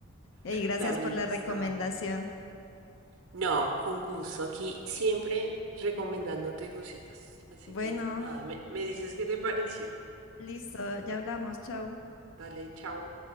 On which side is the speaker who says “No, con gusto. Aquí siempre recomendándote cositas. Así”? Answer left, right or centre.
Right